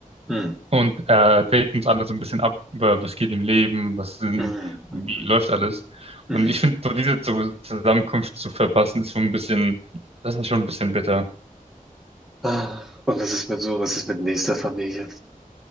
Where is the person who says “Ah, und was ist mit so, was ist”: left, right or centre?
Centre